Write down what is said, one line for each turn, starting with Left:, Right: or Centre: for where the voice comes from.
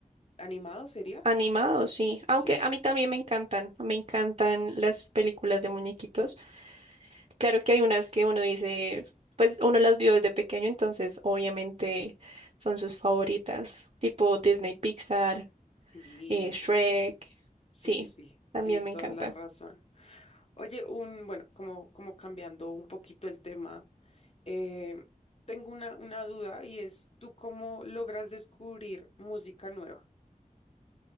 Left: ¿Animado sería?
Right: Animado, sí.
Left: Sí,
Right: Aunque a mí también me encantan, me encantan las películas de muñequitos. Claro que hay unas que uno dice, pues uno las vio desde pequeño, entonces obviamente son sus favoritas, tipo Disney Pixar
Left: sí,
Right: eh, Shrek,
Left: sí,
Right: sí,
Left: sí, sí.
Right: también
Left: Tienes
Right: me
Left: toda
Right: encantan.
Left: la razón. Oye, un, bueno, como, como cambiando un poquito el tema, eh, tengo una, una duda y es, ¿tú cómo logras descubrir música nueva?